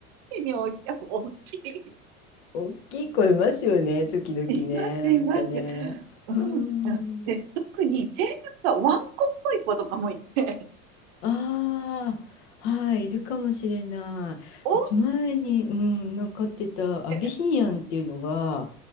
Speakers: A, on the right (about 50°); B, on the left (about 50°).
A: カにおいても大きい。
B: 大きい子いますよね、時々ね、
A: います、
B: なんかね。
A: います。う
B: うーん。
A: ん。で、特に性格がワンコっぽい子とかもいて、
B: ああ、はい、いるかもしれない。
A: おおっ
B: うち前に、うん、なんか飼ってたアビシニアンっていうのが、
A: て。